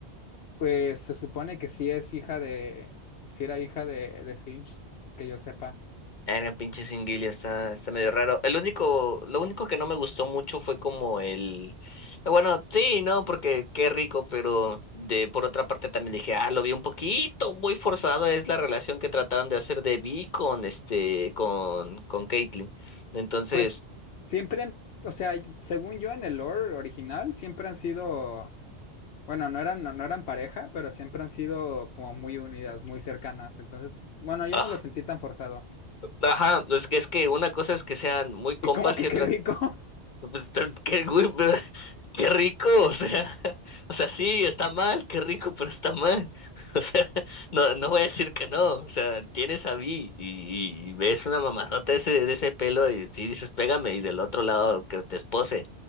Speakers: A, on the left; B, on the left.
A: pues se supone que sí es hija de, sí era hija de, de Singed, que yo sepa.
B: El pinche Singuillo está, está medio raro. El único, lo único que no me gustó mucho fue como el, bueno, sí, no, porque qué rico, pero de por otra parte también dije, ah, lo vi un poquito muy forzado, es la relación que trataron de hacer de Vi con este, con, con Caitlyn. Entonces,
A: Pues siempre han, o sea, según yo en el lore original, siempre han sido, bueno, no eran, no, no eran pareja, pero siempre han sido como muy unidas, muy cercanas. Entonces, bueno, yo
B: ah,
A: no lo sentí tan forzado.
B: ajá, es que es que una cosa es que sean muy compas
A: Y como que
B: y
A: qué
B: otra
A: rico.
B: No, Pues, tan- qué, güey, pero <laughs> qué rico, o sea, <laughs> o sea, sí, está mal, qué rico, pero está mal. <laughs> O sea, no, no voy a decir que no, o sea, tienes a Vi y, y- y ves una mamazota de ese, de ese pelo y sí dices, pégame, y del otro lado que te espose,